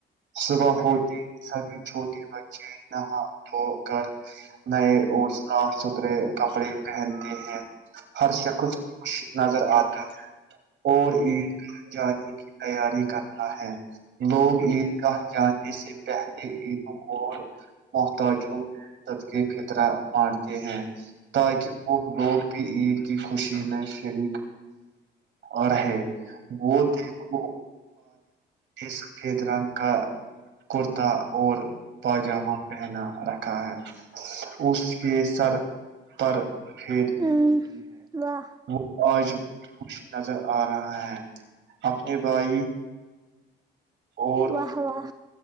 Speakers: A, on the right; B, on the right.
A: صبح ہوتی ہی سبے چھوٹے بچے نہا تو کر نئے اور صاف ستھرے کپڑے پہنتے ہیں ہر شخص خ نظر آتا ہے اور عید گاہ جانے کی تیاری کرتا ہے لوگ عید گاہ جانے سے پہلے عیدوں اور محتاج مد کے خطرہ بانٹتے ہیں تاکہ وہ لوگ عید کی خوشی میں شریک اور ہے وہ تھ وہ سفید رنگ کا کرتا اور پاجامہ پہنا رکھا ہے اس کے سر پرفھید
B: وہ واہ
A: وہ آج ب خوش نظر آ رہا ہے اپنے بھائی اور
B: واہ واہ